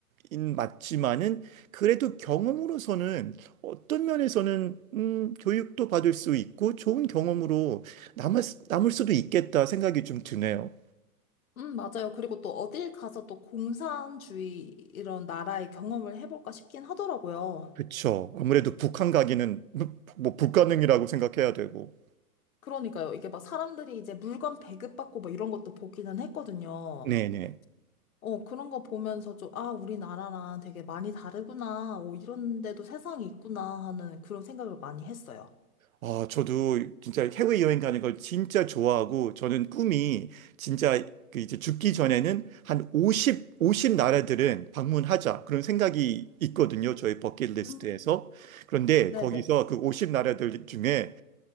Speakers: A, on the right (about 65°); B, on the left (about 65°).
A: 인- 맞지만은 그래도 경험으로서는 어떤 면에서는 음, 교육도 받을 수 있고 좋은 경험으로 남았, 남을 수도 있겠다 생각이 좀 드네요.
B: 음, 맞아요. 그리고 또 어딜 가서 또 공산주의 이런 나라의 경험을 해볼까 싶긴 하더라고요.
A: 그쵸. 아무래도 북한 가기는 뭐 불가능이라고 생각해야 되고.
B: 그러니까요. 이게 막 사람들이 이제 물건 배급받고 막 이런 것도 보기는 했거든요.
A: 네네.
B: 어, 그런 거 보면서 좀, 아, 우리나라랑 되게 많이 다르구나. 오, 이런 데도 세상이 있구나 하는 그런 생각을 많이 했어요.
A: 아, 저도 진짜 해외 여행 가는 걸 진짜 좋아하고, 저는 꿈이 진짜 그 이제 죽기 전에는 한 50, 50 나라들은 방문하자. 그런 생각이 있거든요. 저희 버킷리스트에서.
B: 음.
A: 그런데
B: 네네.
A: 거기서 그 50 나라들 중에